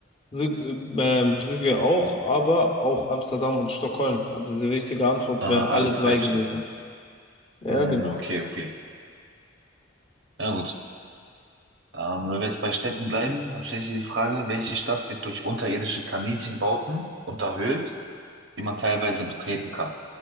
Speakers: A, on the left; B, on the right.
A: Brügge, äh, Brügge auch, aber auch Amsterdam und Stockholm. Also die richtige Antwort
B: Ah,
A: wäre
B: alle
A: alle
B: drei
A: drei gewesen.
B: Städte.
A: Ja,
B: Hm,
A: genau.
B: okay, okay. Na gut. Ähm, wenn wir jetzt bei Städten bleiben, dann stelle ich dir die Frage, welche Stadt wird durch unterirdische Kaninchenbauten unterhöhlt, die man teilweise betreten kann?